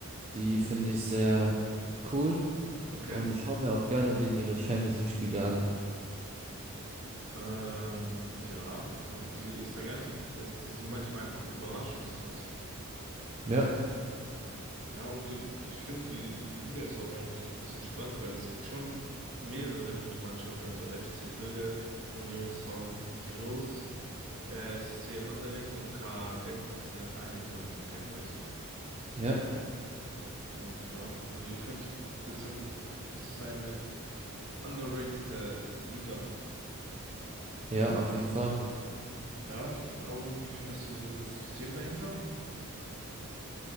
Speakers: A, on the right; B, on the right.
A: die finde ich sehr cool.
B: okay.
A: Und ich schaue mir auch gerne denen ihre Champions League-Spiele an.
B: Ähm, ja, die, ich sage ehrlich, äh, die sind manchmal einfach Überraschungsteams.
A: Ja,
B: Ja, und äh, ich finde, die Liga ist auch eigentlich ein bisschen spannend, weil es gibt schon mehrere gute Mannschaften, also FC Brügge, Union Saint-Gilloise. Äh, SC Anderlecht und KA Gent, das sind ja Vereine, die man so kennt, weißt du?
A: ja,
B: Und ja, also ich finde, das sind, das ist eine underratede Liga.
A: ja, auf jeden Fall.
B: Ja, aber wie findest du so das System dahinter?